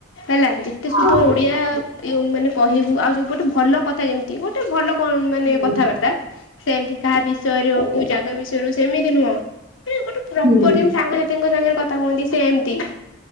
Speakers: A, on the left (about 60°); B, on the right (about 30°).
A: ହେଲା ଯେତେ
B: ହଁ
A: ସୁଧ ଓଡ଼ିଆ ଇଏ ମାନେ କହିବୁ ଆଉ ଯୋଉ ଗୋଟେ ଭଲ କଥା ଯେମ ତି ଗୋଟେ ଭଲ କ ମାନେ
B: ହଁ
A: କଥାବାର୍ତ୍ତା ସେମିତି କାହା ବିଷୟରେ ହଉ କଉ ଯାଗା ବିଷୟରେ ହଉ ସେମିତି ନୁହଁ ମାନେ ଗୋଟେ ପ୍ରପର
B: ହୁଁ।
A: ଯେମତି ସାଙ୍ଗ ଶା ଥିଙ୍କ ସାଙ୍ଗରେ କଥା କୁହନ୍ତି ସେମତି।